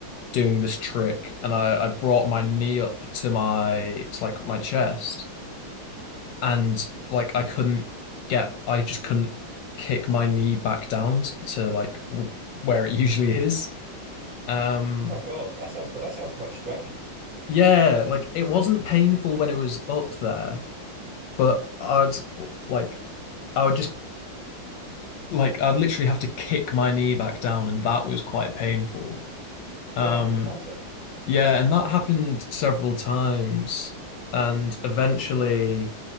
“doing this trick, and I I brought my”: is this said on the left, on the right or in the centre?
Left